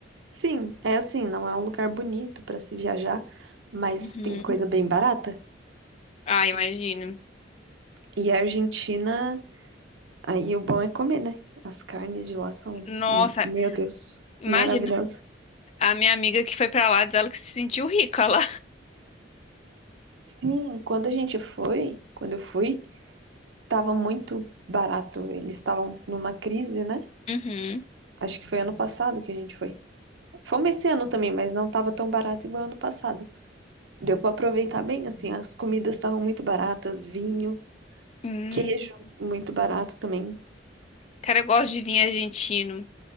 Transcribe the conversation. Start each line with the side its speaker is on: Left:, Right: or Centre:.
Right: Sim, é assim, não é um lugar bonito pra se viajar, mas
Left: Uhum.
Right: tem coisa bem barata.
Left: Ah, imagino.
Right: E a Argentina Aí o bom é comer, né? As carnes de lá são,
Left: Nossa,
Right: m- meu Deus,
Left: imagina.
Right: maravilhosas.
Left: A minha amiga que foi pra lá diz ela que se sentiu rica lá.
Right: Sim, quando a gente foi, quando eu fui, tava muito barato. Eles estavam numa crise, né?
Left: Uhum.
Right: Acho que foi ano passado que a gente foi. Fomos esse ano também, mas não tava tão barato igual ano passado. Deu pra aproveitar bem, assim, as comidas estavam muito baratas, vinho,
Left: Hum.
Right: queijo muito barato também.
Left: Cara, eu gosto de vinho argentino.